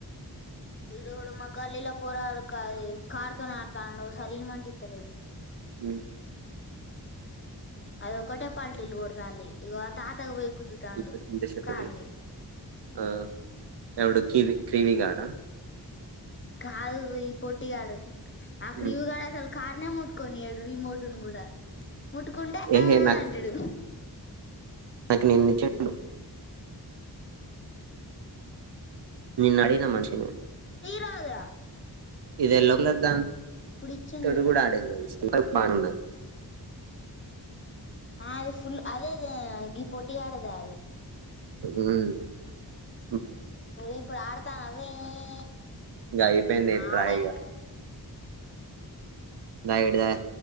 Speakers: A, on the left (about 30°); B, on the right (about 70°).
A: ఈడు ఎవ్వడో మా గల్లీలో పోరాగాడు కాది కారు తోనీ ఆడతాండు ఒకసారి ఇయ్యమంటే ఇత్తలేడు
B: ఉ
A: అది ఒక్కటే పల్టీలు కొడతు తాంది ఇగో ఆ తాతకు పోయి గుద్దుతాండు
B: ఇప్పుడు ఇంత చెప్పేది
A: కార్ని
B: ఆ ఎవడు కివి క్రివి గాడ
A: కాదు ఈ పోట్టీ గాడు ఆ క్రివు
B: ఉమ్,
A: గాడు అసలు కార్ నన్నే ముట్టు కొనియాడు రిమోట్న్ కూడా ముట్టుకుంటే
B: ఏ
A: ఆ
B: నాకు
A: అంటాడు
B: నాకు నేన్ని చెట్లు నిన్ను అడిగిన మనిషిని
A: రాదు రా
B: ఇది ఎల్లో కలర్ దాన్
A: ఇచ్చిండు
B: తొడు
A: చూడు
B: కూడ ఆడన్ సులక్ పని ఉన్నద్
A: ఆ అది ఫుల్ అదే అద గీ పొట్టి గాడిదే అది
B: ఉహు
A: ఇప్పుడు ఆడుత జూయి
B: ఇంగ అయిపోయింది
A: ఆవుడిగ్
B: ట్రై ఇగ. ద ఇటు ద